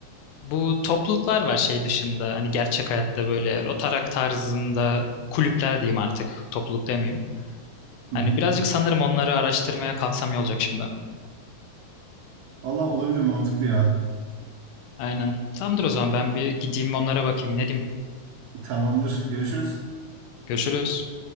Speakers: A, on the left; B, on the right.
A: bu topluluklar var şey dışında hani gerçek hayatta böyle Rotaract tarzında kulüpler diyeyim artık topluluk demeyeyim.
B: Hı
A: Hani
B: hı.
A: birazcık sanırım onları araştırmaya kalksam iyi olacak şimdi.
B: Allah olabilir mantıklı ya.
A: Aynen. Tamamdır o zaman ben bir gideyim onlara bakayım ne diyeyim.
B: Tamamdır. Görüşürüz.
A: Görüşürüz.